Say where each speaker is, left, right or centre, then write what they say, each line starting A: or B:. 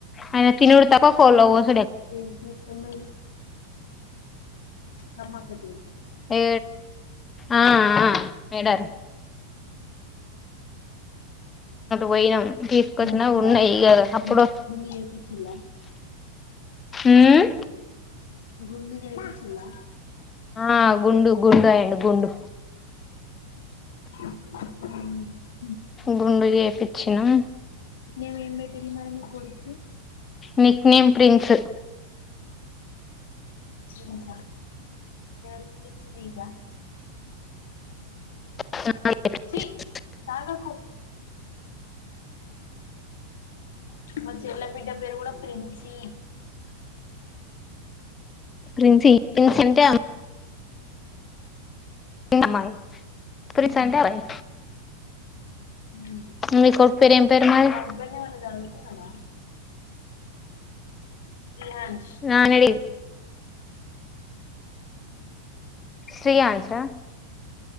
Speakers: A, on the left (about 20°); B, on the left (about 55°).
A: ఆయన తినుడు తప్ప కోళ్లు వోసు
B: దేనికి ఎత్తావ్ మరి నమ్మకండి
A: ఏ ఆ ఆ ఏడార్ పోయినాం తీసుకొచ్చిన
B: మొక్కువా
A: ఉన్నాయి ఇగ అప్పుడు
B: మొక్కు గుండు చేపిచ్చిల్లా <inaudible>
A: ఉమ్
B: గుండు చేపిచ్చిల్లా
A: ఆ గుండు గుండు అయ్యిండు గుండు
B: <unintelligible>
A: గుండు చేపిచ్చినం
B: ఏమేం పెట్టిరు మరి మీ కొడుక్కి
A: నిక్ నేమ్ ప్రిన్స్
B: హింస డ్రై ఫ్రూట్స్ నీకా
A: <unintelligible>
B: ఛీ తాగకు మా చెల్లె బిడ్డ పేరు కూడా ప్రిన్సి
A: ప్రిన్సి ప్రిన్సి అంటే మ్మాయి ప్రిన్స్
B: ఉమ్
A: అంటే అబ్బాయి
B: మీ
A: మీ కొడుకు పేరు ఏం పేరు మరి
B: హస్బెండ్ ఏమన్నా చదువుకున్నాడా ఇయాన్ష్
A: నానడి శీయాన్స్ ఆ